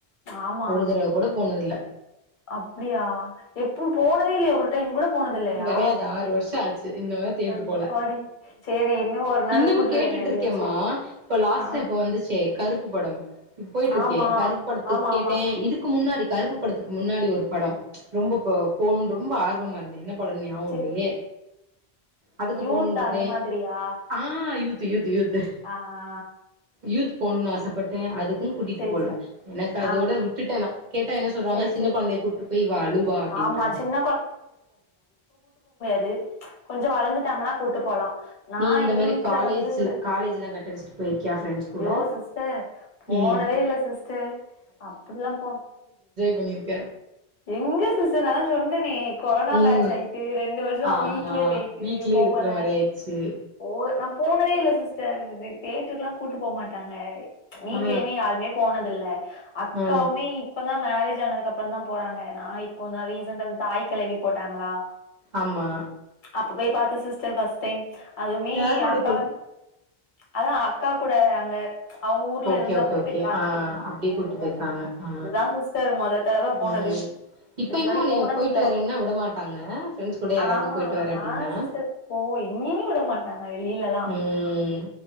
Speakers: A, on the left; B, on the right.
A: ஆமா
B: ஒரு தடவ கூட போ <unintelligible> தில்ல
A: அப்டியா எப்போ போனதே இல்லையே ஒரு டைம் கூட போனது இல்லையா
B: கெடையாது ஆறு வருஷோ ஆச்சு இன்ன வர தேட்டர்
A: அ எப்பாடி
B: போல
A: சரி இன்னு ஒரு நாள்
B: இன்னமு
A: கூட்டு
B: கேட்டுட்டு
A: போயிருங்க எப்படியாச்சு
B: இருக்கேம்மா இப்ப லாஸ்ட்டா
A: ஆ ஆ
B: இப்ப வந்துச்சே கருப்பு படம் இப் போயிட்ருக்கே
A: ஆமா
B: கருப் படத்து
A: ஆமா
B: கேட்டே
A: ஆமா
B: இதுக்கு முன்னாடி கருப்பு படத்துக்கு முன்னாடி ஒரு படொ ரொம்ப போ போணுன் ரொம்ப ஆர்வமாருந்தே என்ன ன‌ படம்னு ஞாபக
A: சேரி
B: இல்லயே அதுக்கு
A: யூத்தா
B: போணுன்ருந்தே
A: அந்த மாதிரியா
B: ஆ தேட் யூத்து
A: ஆ ஆ
B: யூத் போணும்னு ஆசைப்பட்டே அது ம் கூட்டிட்டு
A: சேரி
B: போல
A: சேரி
B: எனக்கு அதோட
A: ஆ
B: விட்டுட்டே ந கேட்டா என்ன சொல்றாங்க
A: சேரி
B: சின்ன
A: சேரி
B: குழந்தைய கூட்டி போய் இவ அழுவா அப்படின்றாங்க
A: ஆமா சின்ன து கொஞ்சோ வளந்துட்டாங்னா கூட்டு போலா நா
B: நீ இந்த
A: எங்க
B: மாரி
A: வீட்ல
B: காலேஜ்ல
A: வந்து
B: காலேஜ்லா கட் அடிச்சுட்டு போயிருக்கியா ஃப்ரெண்ட்ஸ்
A: ஐயோ
B: கூட
A: சிஸ்டர் போனவே
B: ம்
A: இல்ல சிஸ்டர் அப்படிலா போ
B: பண்ணிருக்கே
A: எங்க சிஸ்ஸர் அதா சொன்னனே கொரோனா
B: ம்
A: பாட்ச் ஆயிட்டு ரெண்டு வருஷோ
B: ஆமா
A: வீட்லே போய்ட்டு
B: வீட்லயே
A: போவல
B: இருக்கிற மாரி ஆயிடுச்சு
A: போல நா போனதே இல்ல சிஸ்டர் இ தேட்ருக்ல்லா கூட்டுப் போக் மாட்டாங்க ச்ச் வீட்லயுமே
B: ஆ
A: யாருமே போன தில்ல அக்காவுமே
B: ஆ
A: இப்பதா மேரேஜ் ஆனதுக்கப் பறந்தா போறாங் அ நா இப்போ <unintelligible> ரீசென்ட்டா தாய்க்கெழவி போட்டாங்ளா
B: ஆம்மா
A: அப்ப போய் பாத்தே சிஸ்டர் ஃபஸ் டைம் அதுவுமே
B: யாரோட
A: அக்கா
B: போற
A: <inaudible> அதா அக்காக் கூட அங்க அவங்க ஊர்ல
B: ஓகே
A: இருந்தப்ப
B: ஓகே ஓகே
A: போய் பாத்துட்டு
B: ஆ
A: வந்த
B: அப்டியே
A: <unintelligible>
B: கூட்டு போயிருக்காங்க ஆ
A: அதுதா சிஸ்டர் மொத தரவ போனது
B: ம் இப்பயுமே
A: இதுக்கு முன்னாடி
B: உன்னைய
A: போனதுல்ல
B: போயிட்டு வரேன்னா விட மாட்டாங்க ஃப்ரெண்ட்ஸ் கூட யாராவது
A: ஆ ஹா
B: போயிட்டு வரே அப்டின்னா
A: ஆ சிஸ்டர் போ எங்கிமே விட மாட்டாங்க வெளிலலா
B: ம்